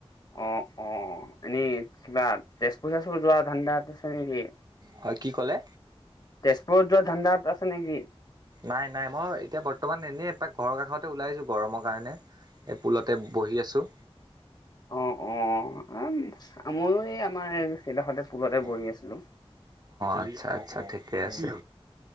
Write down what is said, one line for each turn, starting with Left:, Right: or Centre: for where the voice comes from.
Left: অ', অ', এনে কিবা তেজপুৰ, তেজপুৰ যোৱা ধান্দাত আছে নেকি?
Right: হয় কি ক'লে?
Left: তেজপুৰত যোৱা ধান্দাত আছে নেকি?
Right: নাই, নাই মই এতিয়া বৰ্তমান এনেই এপাক ঘৰৰ কাষতে ওলাই আহিছো গৰমৰ কাৰণে। এই পুলতে বহি আছোঁ।
Left: অ', অ', ময়ো এই আমাৰ <unintelligible>
Right: অ,
Left: আছিলো।
Right: আচ্ছা, আচ্ছা ঠিকে আছে।